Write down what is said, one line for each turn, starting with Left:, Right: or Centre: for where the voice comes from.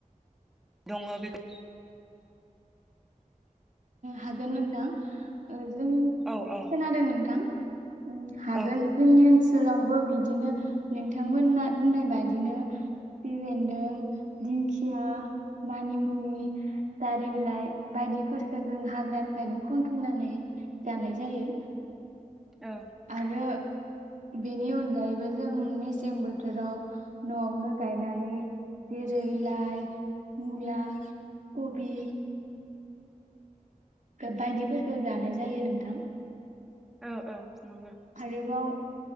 Centre: दङ बेखौ
Right: हागोन नोंथां जों खोनादों
Centre: औ औ
Right: नोंथां ओम हागोन
Centre: औ
Right: ओम‌ जोंनि ओनस लावबो बिदिनो नों बिथांमोना बुंनाय बादिनो खिफि बेन्दों दिंखिया मानिमुनि दारि बिलाइ बायदि फोरखो जों हाग्रानिफ्रायनो खनथुमनानै जानाय जायो।
Centre: औ
Right: आरो बेनि अनगायैबो जों मेसें मेसें बोथोराव न'आवनो गायनानै जेरै लाइ मुला कबि बायदिफोरखौ जानाय जायो नोंथां।
Centre: औ औ नंगौ
Right: आरोेबाव